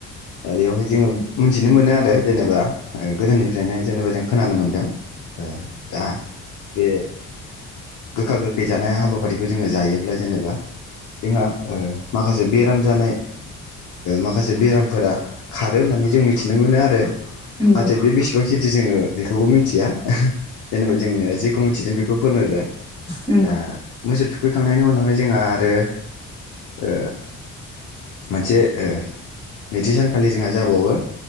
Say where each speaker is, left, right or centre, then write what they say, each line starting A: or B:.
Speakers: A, on the left; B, on the left.
A: दा बेवहाय जोङो मोनथिनो मोनो आरो जेनेबा ओ गोदोनिफ्रायनो जेनेबा जों खोनानो मोनदों दा बे गोखा गोखै जानाय हाबाफारिखौ जोङो जायोब्ला जेनेबा जोंहा माखासे बेराम जानाय माखासे बेरामफोरा खारो होननानै जों मिथिनो मोनो आरो नाथाय
B: नंगौ नंगौ
A: बे बेसे <unintelligible> ओ बेखौबो मिथिया जेनेबा जोङो जेख मिथिदों बेखौ फोरमायबाय
B: नंगौ
A: दा थुखैखांनायनि उनावहाय जोंहा आरो ओ मोनसे ओ नैथि सानखालि जोंहा जाबावो